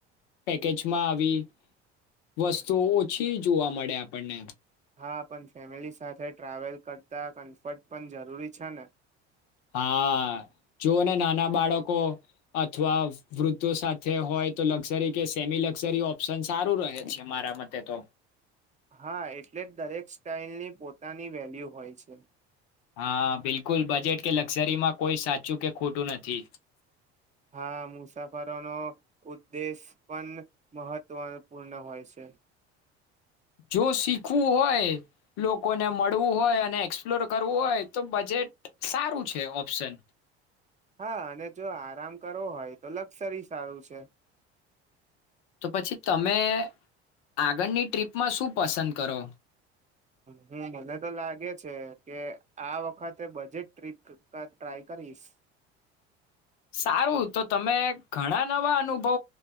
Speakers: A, on the left; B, on the right.
A: પેકેજમાં આવી વસ્તુ ઓછી જોવા મળે આપણને.
B: હા પણ ફેમિલી સાથે ટ્રાવેલ કરતા કમ્ફર્ટ પણ જરૂરી છે ને.
A: હા જોને નાના બાળકો અથવા વૃદ્ધો સાથે હોય તો લક્ઝરી કે સેમી લક્ઝરી ઓપ્શન સારું રહે છે મારા મતે તો.
B: હા એટલે જ દરેક સ્ટાઈલની પોતાની વેલ્યુ હોય છે.
A: હા બિલકુલ બજેટ કે લક્ઝરીમાં કોઈ સાચું કે ખોટું નથી.
B: હા મુસાફરોનો, ઉદ્દેશ પણ મહત્વપૂર્ણ હોય છે.
A: જો શીખવું હોય લોકોને મળવું હોય અને એક્સપ્લોર કરવું હોય તો બજેટ સારું છે ઓપ્શન.
B: હા અને જો આરામ કરવો હોય તો લક્ઝરી સારું છે.
A: તો પછી તમે આગળની ટ્રીપમાં શું પસંદ કરો?
B: હમ મને તો લાગે છે કે આ વખતે બજેટ ટ્રીક ટ્રાય કરીશ.
A: સારું તો તમે ઘણા નવા અનુભવ